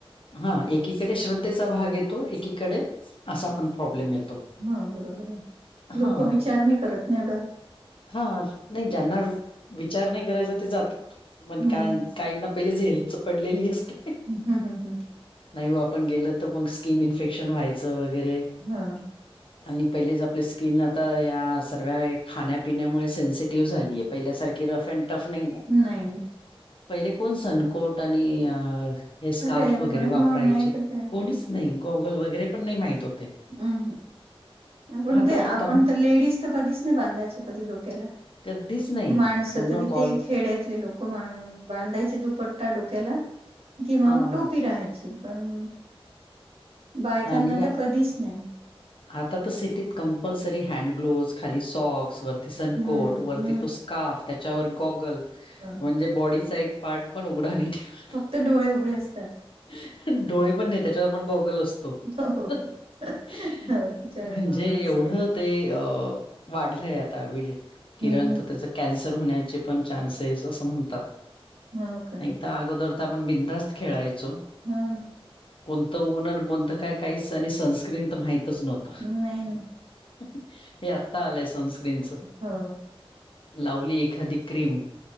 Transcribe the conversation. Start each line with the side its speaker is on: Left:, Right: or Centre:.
Left: हा एकीकडे श्रद्धेचा भाग येतो एकीकडे असा पण प्रॉब्लेम येतो
Right: हा बरोबर आहे लोक
Left: ह
Right: विचार नाही करत ना एवढं
Left: हा नाही ज्यांना विचार नाही करायचा ते जातात <unintelligible>
Right: हम्म
Left: का काहीना पहिले <unintelligible> झेलचं पडलेली असते
Right: ह- हं -हं -हं
Left: नाही हो आपण गेल तर मग स्किन इन्फेक्शन व्हायचं वगैरे
Right: हा
Left: आणि पहिलेच आपले स्किन आता या सर्व्या खाण्यापिण्यामुळे सेन्सिटिव्ह झाली ये पहिल्यासारखी रफ अँड टफ <inaudible> नाहीये आहे
Right: नाही
Left: पहिले कोण सनकोट आणि अ हे स्कार्फ
Right: कुठे
Left: वगैरे
Right: पण
Left: वापरायचे
Right: हो नाही तर काय
Left: कोणीच नाही गॉगल वगैरे पण नाही माहित होते.
Right: हम् आपण
Left: आता
Right: ते आपण
Left: कं
Right: तर लेडीज तर कधीच नाही बांधायच कधी डोक्याला.
Left: कधीच नाही.
Right: माणसं
Left: पूर्ण
Right: तरी
Left: कॉल
Right: ते खेड्यातले लोक बांधायचे दुपट्टा डोक्याला किंवा
Left: हां.
Right: मग टोपी राहायची पण बायकांना
Left: आनिया
Right: तर
Left: <inaudible>
Right: कधीच नाही
Left: आता तर सिटीत कंपल्सरी हॅन्ड ग्लोज खाली सॉक्स वरती सनकोट
Right: हम्म
Left: वरती तो स्काफ त्यांच्यावर गॉगल
Right: ह <unintelligible>
Left: म्हणजे बॉडीचा एक पार्ट पण उघडा नाही ठेवत.
Right: ते डोळे उघडे असतात
Left: <inaudible> डोळे पण नाही त्यांच्यावर पण गॉगल असतो.
Right: हो हो
Left: <inaudible>
Right: तिच्यावर
Left: म्हणजे
Right: एक मोबाईल असतो.
Left: एवढं ते वाढलंय आता विज <inaudible> किरण
Right: हम्म
Left: तर त्याचं कॅन्सर होण्याचे पण चान्सेस असं म्हणतात
Right: हा काय
Left: त्या अगोदर तर आपण बिंदास्त खेळायचो
Right: हा
Left: कोणतं ऊन आणि कोणतं काय काहीच आणि सनस्क्रीम तर माहितच नव्हतं
Right: नाही ना
Left: <inaudible> हे आता आलंय सनस्क्रीमच
Right: हो
Left: लावली एखादी क्रीम